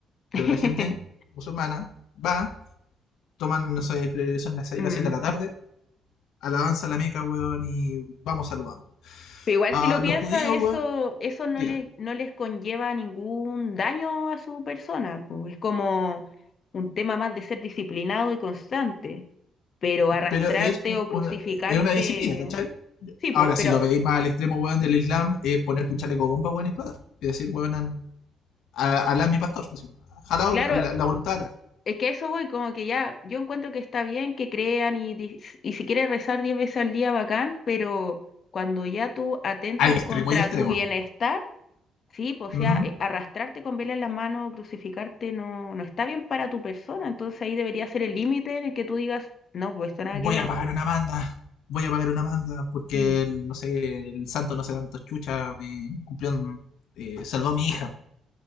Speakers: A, on the left (about 50°); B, on the left (about 80°).
A: <laughs>
B: pero la gente musulmana va toman, no sé, creo que son las seis,
A: Mm.
B: las 7 de la tarde, alabanza a la Meca, weón, y vamos saludando.
A: Pero igual
B: A
A: si lo piensa,
B: los judíos,
A: eso,
B: weón,
A: eso no
B: diga,
A: les, no les conlleva ningún daño a su persona, pues es como un tema más de ser disciplinado y constante, pero arrastrarte
B: pero es, un-
A: o crucificarte,
B: una, es una disciplina, ¿cachai?
A: sí,
B: Ahora,
A: pues, pero
B: si lo veis más al extremo, weón, del Islam, es ponerte un chaleco bomba, weón, y explotar. Y decir, weón, an- a- alá mi pastor, así, jalao
A: claro,
B: la, la voluntad de Alá.
A: es que a eso voy, como que ya, yo encuentro que está bien que crean y, dis- y si quieres rezar diez veces al día, bacán, pero cuando ya tú atentas
B: Al extremo
A: contra
B: y extremo.
A: tu bienestar, Sí, pues, o
B: Ujú.
A: sea, eh, arrastrarte con vela en las manos, crucificarte, no, no está bien para tu persona. Entonces ahí debería ser el límite en el que tú digas, no, pues esto nada
B: Voy
A: que ver.
B: a pagar una manda. Voy a pagar una manda porque,
A: Mm,
B: el- no sé, el santo no sé tanto chucha me cumplió, un- eh, salvó a mi hija.